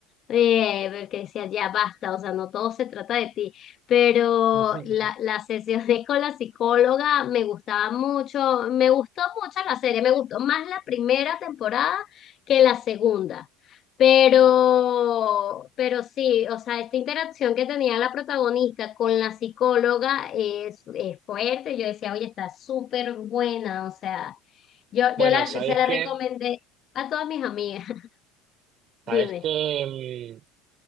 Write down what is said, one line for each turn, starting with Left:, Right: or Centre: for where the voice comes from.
Left: eh, porque decía, ya basta, o sea, no todo se trata de ti, pero
Right: <laughs>
Left: la, las sesiones <laughs> con la psicóloga me gustaba mucho, me gustó mucho la serie, me gustó más la primera temporada que la segunda. Pero, pero sí, o sea, esta interacción que tenía la protagonista con la psicóloga es, es fuerte. Yo decía, oye, está súper buena. O sea, yo,
Right: Bueno,
Left: yo la,
Right: sabes
Left: se la
Right: que,
Left: recomendé a todas mis amigas. <laughs> Dime,
Right: sabes que